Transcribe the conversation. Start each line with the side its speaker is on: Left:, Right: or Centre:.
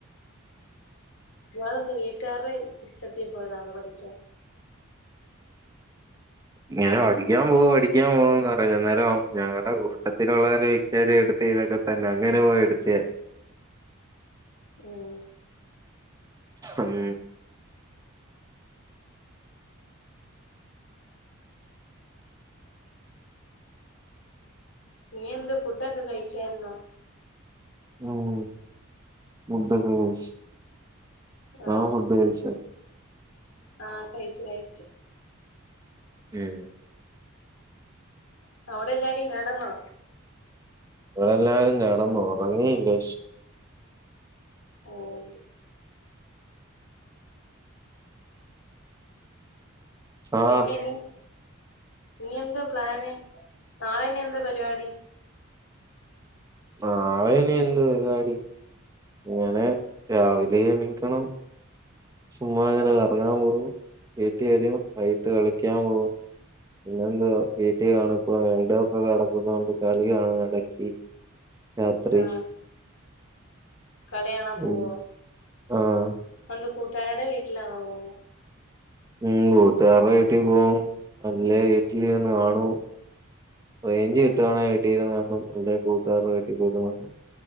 Left: ഇയാളെന്തുവാ വീട്ടാര്ടെ ഇഷ്ടത്തി പോയതാന്നോ പഠിക്ക്യാൻ
Right: ഇങ്ങനെ പഠിക്ക്യാപ്പോ പഠിക്ക്യാപ്പോന്ന് പറഞ്ഞ് അന്നേരം ഞങ്ങള്ടെ കൂട്ടത്തിലുള്ളൊര് ചേരെം ഇട്ക്കേം ഇതൊക്കെ തന്നെ അങ്ങനെ പോയി എടുത്തയാ
Left: ഉം
Right: ഉം
Left: നീയെന്ത് ഫുഡൊക്കെ കഴിച്ചാരുന്നോ
Right: ഉം ഫുഡൊക്കെ കഴിച്ച്
Left: ആഹ്
Right: ഞാൻ ഫുഡ് കഴിച്ച്
Left: ആഹ് കഴിച്ച് കഴിച്ച്
Right: ഉം
Left: അവടെയെല്ലാരും കെടന്നോ
Right: ഇവടെല്ലാരും കെടന്നു ഒറങ്ങീല്ല
Left: ഓഹ്
Right: ആഹ്
Left: പിന്നേയിനി ഇനിയെന്തു പ്ലാന് നാളെ ഇനിയെന്തോ പരിവാടി
Right: നാളെ ഇനിയെന്ത് പരിവാടി ഇങ്ങനെ രാവിലെ എണീക്കണം സുമ്മാ ഇങ്ങനെ
Left: ഓ
Right: കറങ്ങാൻ പോവും വീട്ടി വെരും വൈകിട്ട് കളിക്ക്യാൻ പോവും പിന്നെ എന്താ വീട്ടി കാണും <unintelligible> കെടക്കുന്നോണ്ട് കളി കാണും എട ക്ക്യ് രാത്രി
Left: ആ കളി കാണാ പോവോ
Right: ഉം ആഹ്
Left: ഇപ്പെന്ന് കൂട്ട്ക്കാരെടെ വീട്ടിലാണോ പോകാ
Right: ഉം കൂട്ടുകാരെ വീട്ടിൽ പോകും അല്ലേ വീട്ടിലിന്ന് കാണും റേഞ്ച്
Left: ആ
Right: കിട്ടുകവാണെങ്കിൽ വീട്ടിൽ നിന്ന് കാണും അല്ലെ കൂട്ടുകാരെ വീട്ടിൽ പോയി കാണും